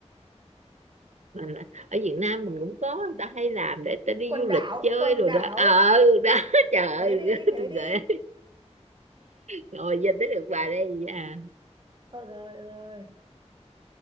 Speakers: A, on the right (about 80°); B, on the right (about 40°).
A: mà ở Việt Nam mình cũng có người ta hay làm để ta đi
B: quần
A: du
B: đảo
A: lịch chơi
B: quần
A: rồi
B: đảo
A: đó ờ đó <laughs> trời ơi
B: thế đi thế
A: tôi
B: đi
A: gửi ngồi giờ tới được bà đây à
B: thôi rồi được rồi